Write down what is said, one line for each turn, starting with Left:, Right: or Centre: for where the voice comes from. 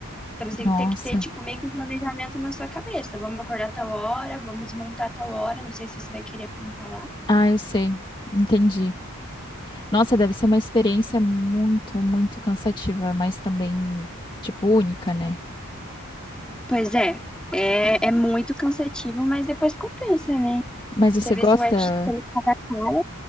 Centre: Então você tem
Left: Nossa,
Centre: que ter, que ter, tipo, meio que um planejamento na sua cabeça. Vamos acordar tal hora, vamos desmontar tal hora, não sei se você vai querer acampar lá.
Left: ah, eu sei, entendi. Nossa, deve ser uma experiência muito, muito cansativa, mas também, tipo, única, né?
Centre: Pois é, é, é muito cansativo, mas depois compensa, né?
Left: Mas você
Centre: Você vê
Left: gosta,
Centre: se o artista é caro.